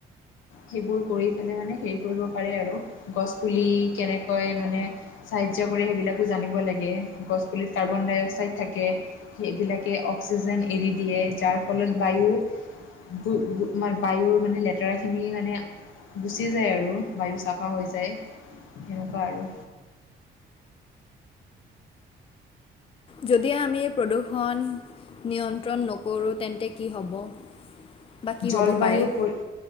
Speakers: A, on the left (about 80°); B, on the left (about 30°).
A: সেইবোৰ কৰি পেলাই মানে হেৰি কৰিব পাৰে আৰু। গছপুলি কেনেকৈ মানে সাহাৰ্য কৰে সেইবিলাকো জানিব লাগে। গছপুলিত কাৰ্বন ডাই অক্সাইড থাকে। সেইবিলাকে অক্সিজেন এৰি দিয়ে যাৰ ফলত বায়ু বো বো মাৰ বায়ুৰ মানে লেতেৰাখিনি মানে গুচি যায় আৰু চাফা হৈ যায়, সেনেকুৱা আৰু।
B: যদি আমি প্ৰদূষণ নিয়ন্ত্ৰণ নকৰোঁ, তেন্তে কি হ'ব? বা কি
A: জলবায়ু
B: হ'ব পাৰে
A: পৰি